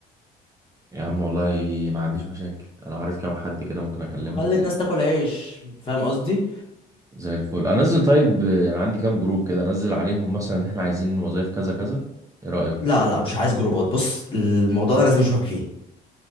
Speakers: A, on the right; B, on the left.
A: يا عم والله ما عنديش مشاكل انا عارف كام حد كده ممكن اكلمهم
B: وخلي الناس تاكل عيش فاهم قصدي
A: زي الفل انزل طيب انا عندي كام جروب كده انزل عليهم مثلا ان احنا عايزين وظايف كذا كذا ايه رأيك
B: لا لا مش عايز جروبات بص الموضوع ده لازم اشوفك فيه